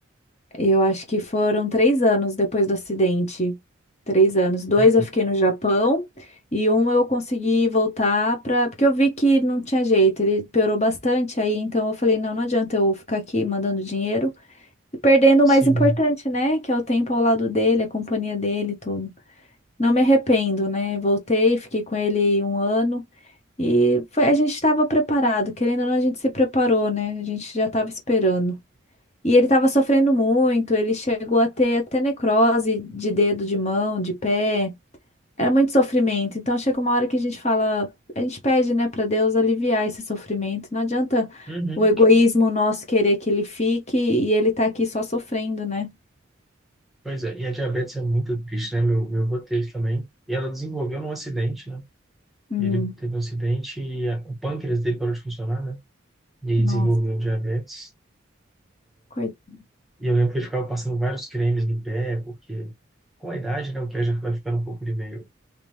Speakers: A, on the left; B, in the centre.
A: Eu acho que foram três anos depois do acidente. Três anos. Dois
B: uhum,
A: eu fiquei no Japão e um eu consegui voltar para. Porque eu vi que não tinha jeito, ele piorou bastante aí, então eu falei, não, não adianta eu ficar aqui mandando dinheiro. E perdendo
B: sim.
A: o mais importante, né? Que é o tempo ao lado dele, a companhia dele, e tudo. Não me arrependo, né? Voltei, fiquei com ele um ano e foi, a gente estava preparado, querendo ou não, a gente se preparou, né? A gente já estava esperando. E ele estava sofrendo muito, ele chegou a ter até necrose de dedo, de mão, de pé. Era muito sofrimento. Então chega uma hora que a gente fala, a gente pede, né, para Deus aliviar esse sofrimento. Não adianta
B: Uhum.
A: o egoísmo nosso querer que ele fique e ele tá aqui só sofrendo, né?
B: Pois é, e a diabetes é muito triste, né? Meu, meu avô teve também. E ela desenvolveu num acidente, né?
A: Hum,
B: Ele teve um acidente e a- o pâncreas dele parou de funcionar, né? E aí
A: nossa,
B: desenvolveu diabetes.
A: coitado.
B: E eu lembro que ele ficava passando vários cremes no pé, porque com a idade, né? O pé já vai ficando um pouco de meio